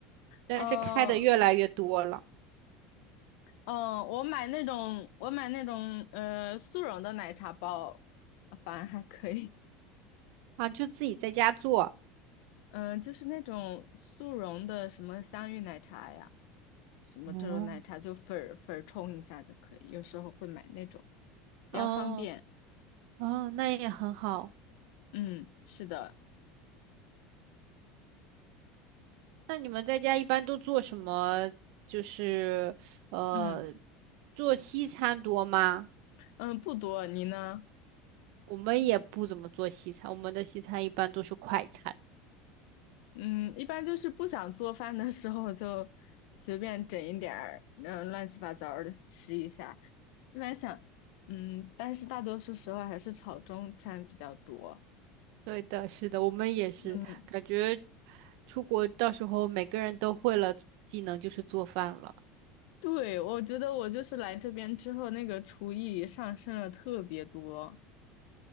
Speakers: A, on the right; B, on the left.
A: 但是开的越来越多了
B: 哦，嗯，我买那种，我买那种，呃，速溶的奶茶包，反而还可以。
A: 啊，就自己在家做。
B: 嗯，就是那种速溶的什么香芋奶茶呀，什么这种奶茶，
A: 哦，
B: 就粉儿粉儿冲一下就可以。有时候会买那种，比较方便。
A: 哦哦，那也很好。
B: 嗯，是的，
A: 那你们在家一般都做什么？就是呃，
B: 嗯
A: 做西餐多吗？
B: 嗯，不多。你呢？
A: 我们也不怎么做西餐，我们的西餐一般都是快餐。
B: 嗯，一般就是不想做饭的时候就随便整一点儿，嗯，乱七八糟的吃一下。一般想，嗯，但是大多数时候还是炒中餐比较多。
A: 对的，是的，我们也是，
B: 嗯，
A: 感觉出国到时候每个人都会了技能，就是做饭了，
B: 对，我觉得我就是来这边之后，那个厨艺上升了特别多。